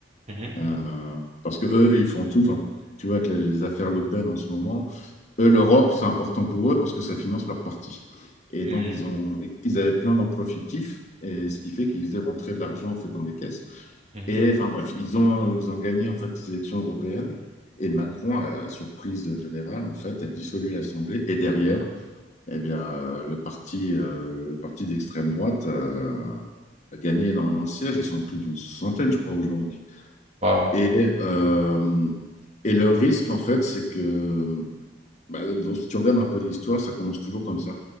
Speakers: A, on the right; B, on the left.
A: mhm,
B: euh, parce que eux, ils font tout. Enfin, tu vois, avec les, les affaires Le Pen en ce moment. Eux, l'Europe, c'est important pour eux parce que ça finance leur parti. Et
A: mhm,
B: donc, ils, ont, ils avaient plein d'emplois fictifs et ce qui fait qu'ils faisaient rentrer de l'argent en fait dans les caisses.
A: mhm.
B: Et enfin bref, ils ont, ils ont gagné en fait les élections européennes et Macron, à la surprise générale, en fait, a dissolu l'Assemblée et derrière, eh bien, euh, le parti, euh, le parti d'extrême droite a, a gagné énormément de sièges. Ils sont plus d'une centaine, je crois, aujourd'hui.
A: Wow.
B: Et, euh, et le risque, en fait, c'est que bah, dans- si tu regardes un peu l'histoire, ça commence toujours comme ça.